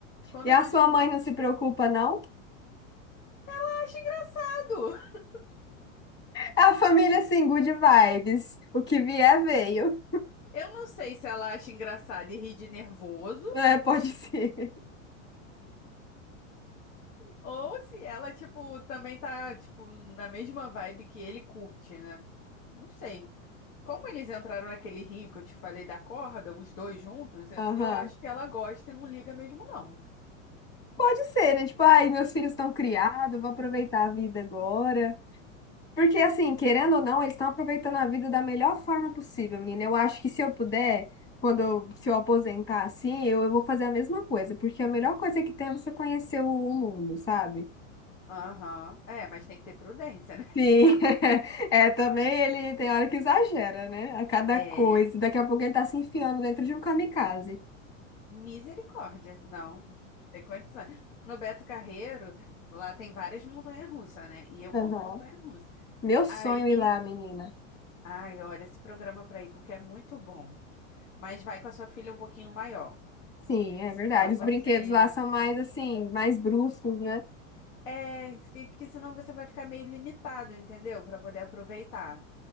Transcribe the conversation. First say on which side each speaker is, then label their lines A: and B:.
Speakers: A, on the left; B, on the left.
A: Quando
B: E a
A: nós
B: sua
A: fomos.
B: mãe não se preocupa, não?
A: "Ah, Acho engraçado!
B: É a família, assim, good vibes. O que vier, veio.
A: <laughs> Eu não sei se ela acha engraçado e ri de nervoso,
B: É, pode ser. <laughs>
A: ou se ela, tipo, também tá, tipo, na mesma vibe que ele curte, né? Não sei. Como eles entraram naquele rio que eu te falei da corda, os dois juntos, eu
B: Aham.
A: eu acho que ela gosta e não liga mesmo, não.
B: Pode ser, né? Tipo, ai, meus filhos estão criados, vou aproveitar a vida agora. Porque, assim, querendo ou não, eles estão aproveitando a vida da melhor forma possível, menina. Eu acho que se eu puder, quando eu, se eu aposentar assim, eu, eu vou fazer a mesma coisa. Porque a melhor coisa que tem é você conhecer o o mundo, sabe?
A: Aham. É, mas tem que ter prudência, né? <laughs>
B: Sim, <laughs> é, também ele tem hora que exagera, né? A cada
A: É.
B: coisa. Daqui a pouco ele tá se enfiando dentro de um kamikaze.
A: Misericórdia, não, não tem condições. No Beto Carreiro, lá tem várias montanhas-russas, né? E eu
B: Aham.
A: amo montanha-russa.
B: Meu sonho
A: Aí,
B: ir lá, menina.
A: ai, olha, esse programa pra ir, porque é muito bom. Mas vai com a sua filha um pouquinho maior,
B: Sim, é
A: que senão
B: verdade.
A: você...
B: Os brinquedos lá são mais assim, mais bruscos, né?
A: É, que, que senão você vai ficar meio limitado, entendeu? Pra poder aproveitar.